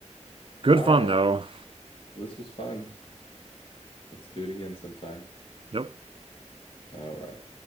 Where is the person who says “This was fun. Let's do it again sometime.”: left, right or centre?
Left